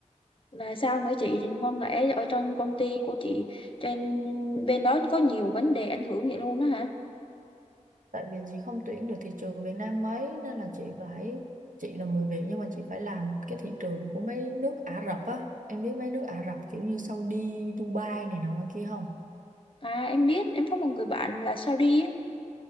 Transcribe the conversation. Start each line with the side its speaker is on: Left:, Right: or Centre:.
Left: là sao nữa chị không lẽ ở trong công ty của chị trên bên đó có nhiều vấn đề ảnh hưởng vậy luôn đó hả
Right: tại vì chị không tuyển được thị trường Việt Nam mấy nên là chị phải chị là người Việt nhưng mà chị phải làm cái thị trường của mấy nước Ả Rập á em biết mấy nước Ả Rập kiểu như Saudi Dubai này nọ là kia không
Left: à em biết em có một người bạn là sao đi